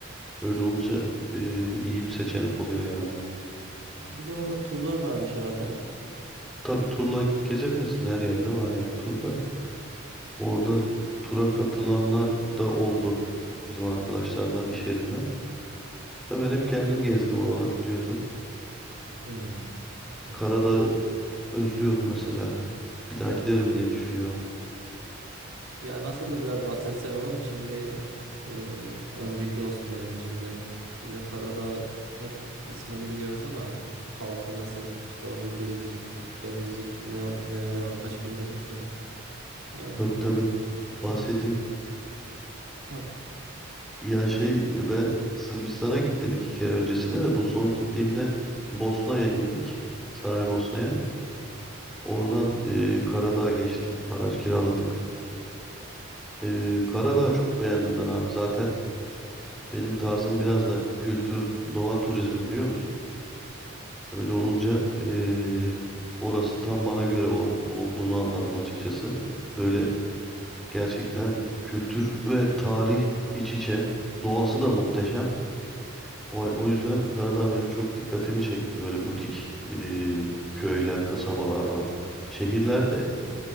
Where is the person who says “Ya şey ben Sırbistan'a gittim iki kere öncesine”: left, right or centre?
Centre